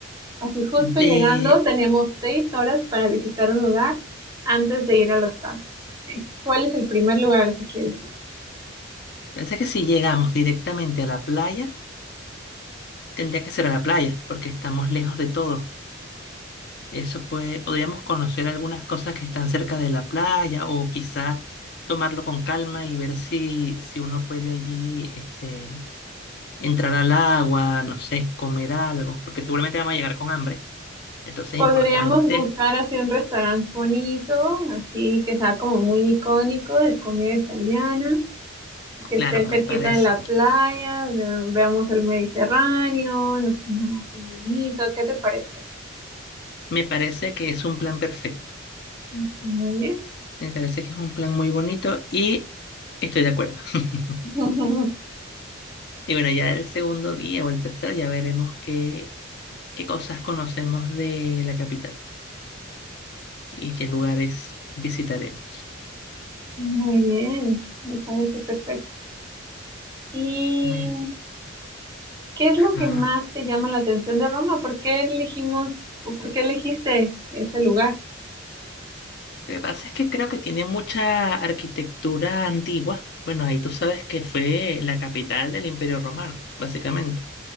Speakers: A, on the right (about 20°); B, on the left (about 50°).
A: Así justo
B: De,
A: llegando, tenemos seis horas para visitar un lugar antes de ir al hostal. Eh, ¿Cuál es el primer lugar al que quieres ir?
B: Parece que si llegamos directamente a la playa, tendría que ser a la playa, porque estamos lejos de todo. Eso puede, podríamos conocer algunas cosas que están cerca de la playa o quizás tomarlo con calma y ver si, si uno puede allí este, entrar al agua, no sé, comer algo, porque seguramente vamos a llegar con hambre. Entonces
A: Podríamos
B: es importante,
A: buscar así un restaurante bonito, así que sea como muy icónico de comida italiana. que
B: claro,
A: esté
B: me
A: cerquita
B: parece.
A: de la playa, eh, veamos el Mediterráneo, nos tomamos un vinito, ¿qué te parece?
B: Me parece que es un plan perfecto.
A: Está muy bien.
B: Me parece que es un plan muy bonito y estoy de acuerdo. <laughs>
A: <laughs>
B: Y bueno, ya el segundo día o el tercero ya veremos qué, qué cosas conocemos de la capital y qué lugares visitaremos.
A: Muy bien, me parece perfecto. ¿Y
B: Bueno,
A: qué es
B: ajá.
A: lo que más te llama la atención de Roma? ¿Por qué elegimos o por qué elegiste este lugar?
B: Lo que pasa es que creo que tiene mucha arquitectura antigua. Bueno, ahí tú sabes que fue la capital del Imperio Romano, básicamente.